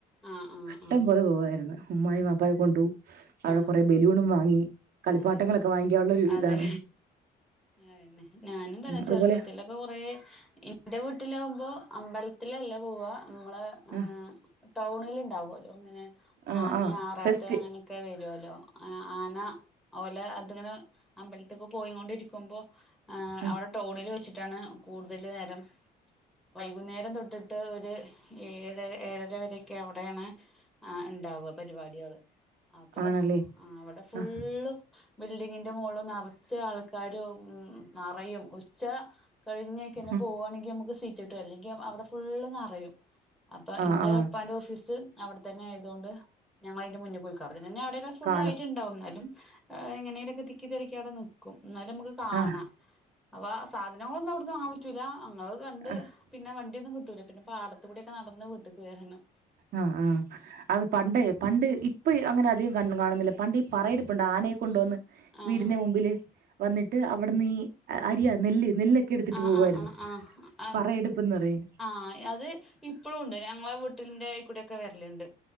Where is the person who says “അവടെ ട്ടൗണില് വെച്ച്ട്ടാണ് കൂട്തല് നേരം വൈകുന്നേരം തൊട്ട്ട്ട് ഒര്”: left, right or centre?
Centre